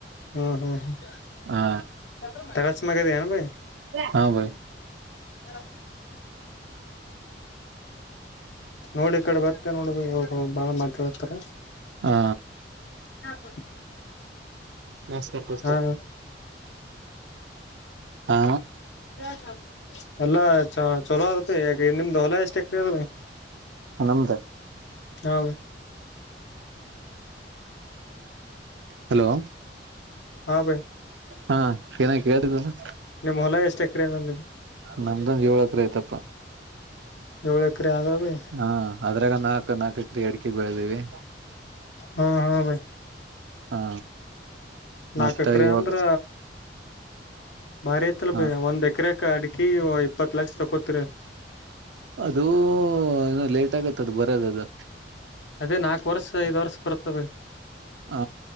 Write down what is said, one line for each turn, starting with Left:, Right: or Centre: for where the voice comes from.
Left: ಹ್ಮ್ ಹ್ಮ್ ಹ್ಮ್
Right: ಹಾ
Left: ಟೆರೇಸ್ನಾ ಮ್ಯಾಲೆ ಅದಿಯೇನ್ ಭೈ
Right: ಹಾ ಬೈ
Left: <inaudible> ನೋಡಿ ಈ ಕಡೆ ಬರ್ತೆೇ ನೋಡ ಬೈ ಬಾಳ ಮಾತಾಡಕತಾರ
Right: ಹಾ
Left: <inaudible>
Right: ನಮಸ್ಕಾರ <inaudible>
Left: ಹಾ
Right: ಹಾ
Left: <inaudible> ಎಲ್ಲಾ ಚಲೋ ಆದ ನಿಮ್ದು ಹೊಲ ಎಷ್ಟ ಎಕ್ರೆ <inaudible>
Right: ನಮ್ದ
Left: ಹಾ ಬೈ
Right: ಹಲೋ
Left: ಹಾಂ ಬಾಯ್
Right: ಹಾ ಏನ ಕೇತಿದ್ದಾರ
Left: ನಿಮ್ ಹೊಲ ಎಷ್ಟು ಎಕರೆ ಅದ
Right: ನಮ್ದಂದ್ ಏಳು ಎಕ್ರೆ ಆಯ್ತಪ್ಪ
Left: ಏಳ್ ಎಕ್ರೆ ಅದಾವ್ರಿ
Right: ಹಾ ಅದ್ರಾಗ ನಾಕ ನಾಲ್ಕಕ್ರಿ ಅಡಿಕೆ ಬೆಳದಿವವಿ
Left: ಹಾ ಹಾ ಭೈ
Right: ಹಾ
Left: ನಾಕ
Right: ಮತ್ತ
Left: ಎಕರೆ
Right: ಇವಾಗ
Left: ಅಂದ್ರ ಬಾರಿ ಐತ್ಲ್ ಯಲಪ್
Right: ಹ
Left: ಒಂದ್ ಎಕರೆ ಅಡಿಕೆಗೆ ಇಪ್ಪತ್ ಲಕ್ಷ ತಕೋತ್ರಿ
Right: ಅದುೂ ಏನ ಲೇಟ್ ಆಗತ್ತ ಅದು ಬರೋದ ಅದು
Left: ಅದೇ ನಾಕು ವರ್ಷ ಐದ ವರ್ಷ ಬರ್ತದೆ
Right: ಹಾ